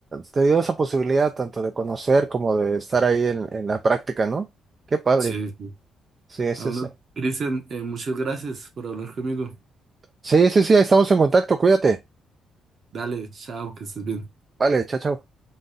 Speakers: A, on the right; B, on the right.
A: te dio esa posibilidad tanto de conocer como de estar ahí en, en la práctica, ¿no? Qué padre.
B: Sí, sí.
A: Sí,
B: Ah,
A: sí,
B: bueno,
A: sí.
B: Cristian, eh, muchas gracias por hablar conmigo.
A: Sí, sí, sí, ahí estamos en contacto, cuídate.
B: Dale, chao, que estés bien.
A: Vale, chao, chao.